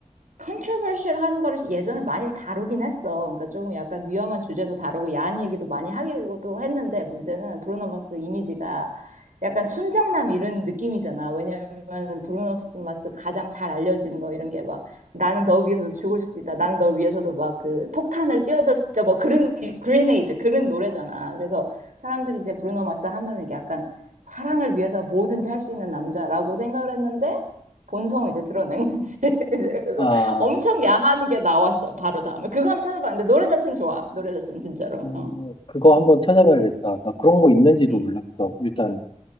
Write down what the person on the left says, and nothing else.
아,
어,
그거 한번 찾아봐야겠다. 나 그런 거 있는지도
몰랐어. 일단